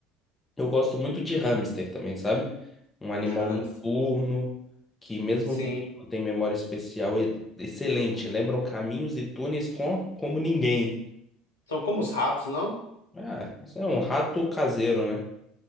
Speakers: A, on the left (about 15°); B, on the left (about 75°).
A: eu gosto muito de hamster também, sabe? Um animal
B: hamster,
A: noturno que, mesmo
B: sim.
A: pequeno, tem memória especial e- excelente. Lembram caminhos e túneis com, como ninguém.
B: São como os ratos, não?
A: Ah, isso é um rato caseiro, né?